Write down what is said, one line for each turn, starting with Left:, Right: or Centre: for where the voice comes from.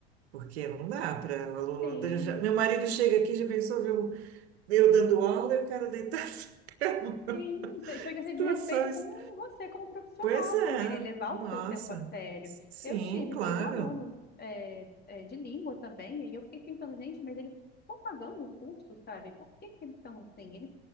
Right: Porque não dá para o aluno.
Left: Sim,
Right: eu já- Meu marido chega aqui, já pensou, viu? Eu dando aula e o cara deitado na cama.
Left: sim. Isso
Right: <laughs>
Left: Chega a
Right: Situações.
Left: ser desrespeito com você como profissional
Right: Pois é,
Left: também, né? Levar
Right: nossa.
Left: o seu tempo a sério.
Right: S- Sim,
Left: Eu tive
Right: claro.
Left: dois alunos é, é, de língua também, e eu fiquei pensando, gente, mas eles estão pagando o curso, sabe? Por que que eles estão assim? Eles